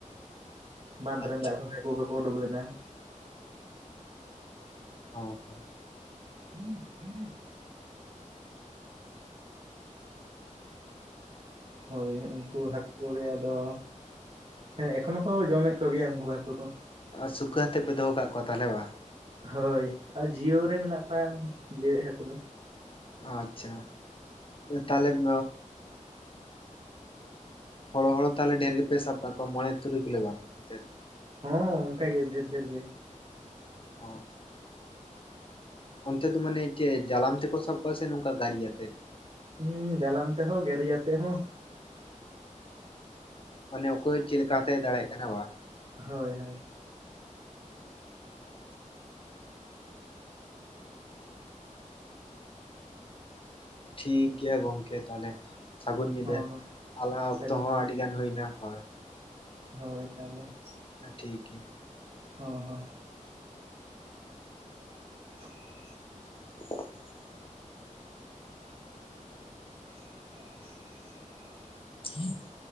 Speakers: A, on the right; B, on the left.
A: ᱵᱟᱸᱫᱽ
B: ᱟᱪᱪᱷᱟ
A: ᱨᱮᱱ ᱫᱟᱜ ᱠᱷᱚᱭ ᱦᱟᱠᱳ ᱠᱚ ᱠᱚ ᱳᱰᱳᱠ ᱞᱮᱱᱟ
B: ᱦᱚᱸ ᱦᱚᱸ
A: <inaudible> ᱦᱳᱭ ᱩᱱᱠᱩ ᱦᱟᱹᱠᱳ ᱜᱮ ᱟᱫᱚ ᱦᱮᱸ ᱮᱠᱷᱚᱱᱚᱜ ᱠᱚ ᱡᱚᱢᱮᱜ ᱠᱚᱜᱮᱭᱟ ᱩᱱᱠᱩ ᱦᱟᱹᱠᱳ ᱠᱚ
B: ᱟᱨ ᱥᱩᱠᱟᱹ ᱦᱟᱛᱮᱜ ᱯᱮ ᱫᱚᱦᱚ ᱠᱟᱜ ᱠᱚᱣᱟ ᱛᱟᱦᱚᱞᱮ ᱵᱟ
A: ᱦᱳᱭ ᱟᱨ ᱡᱤᱭᱟᱹᱣ ᱨᱮ ᱢᱮᱱᱟᱜ ᱠᱚᱣᱟ ᱡᱮᱣᱮᱜ ᱦᱟᱹᱠᱩ ᱫᱚ
B: ᱟᱪᱪᱷᱟ ᱛᱟᱞᱮᱢ ᱦᱚᱲᱚ ᱦᱚᱲᱚ ᱛᱟᱦᱚᱞᱮ ᱰᱷᱮᱨ ᱜᱮᱯᱮ ᱥᱟᱵ ᱠᱟᱜ ᱠᱚᱣᱟ ᱢᱚᱬᱮ ᱛᱩᱨᱩᱭ ᱠᱤᱞᱚ ᱜᱟᱱ ᱠᱟᱛᱮᱫ
A: ᱦᱚᱸ ᱚᱱᱠᱟ ᱜᱮ ᱰᱷᱮᱨ ᱰᱷᱮᱨ ᱜᱮ
B: ᱚ ᱚᱱᱛᱮ ᱫᱚ ᱢᱟᱱᱮ ᱪᱮ ᱡᱟᱞᱟᱢ ᱛᱮᱠᱚ ᱥᱟᱵ ᱠᱚᱣᱟ ᱥᱮ ᱱᱚᱝᱠᱟ ᱜᱟᱹᱨᱤᱭᱟ ᱛᱮ
A: ᱦᱩᱸ ᱡᱟᱞᱟᱢ ᱛᱮᱦᱚᱸ ᱜᱟᱹᱨᱤᱭᱟᱛᱮ ᱦᱚᱸ
B: ᱢᱟᱱᱮ ᱚᱠᱚᱭ ᱪᱮᱫ ᱞᱮᱠᱟᱛᱮᱭ ᱫᱟᱲᱮᱭᱟᱜ ᱠᱟᱱᱟ ᱵᱟ
A: ᱦᱳᱭ ᱦᱳᱭ
B: ᱴᱷᱤᱠ ᱜᱤᱭᱟ ᱜᱚᱝᱠᱮ ᱛᱟᱦᱚᱞᱮ ᱥᱟᱹᱜᱩᱱ ᱧᱤᱫᱟᱹ
A: ᱦᱚᱸ ᱦᱚᱸ
B: ᱟᱞᱟᱝ ᱚᱠᱛᱚ
A: ᱥᱟᱹᱜᱩᱱ
B: ᱦᱚᱸ ᱟᱹᱰᱤ ᱜᱟᱱ ᱦᱩᱭ ᱱᱟ ᱦᱳᱭ
A: ᱦᱳᱭ ᱛᱟᱦᱚᱞᱮ
B: ᱴᱷᱤᱠ ᱜᱤᱭᱟ
A: ᱦᱚᱸ ᱦᱚᱸ <inaudible>
B: <inaudible>
A: <inaudible>
B: <inaudible>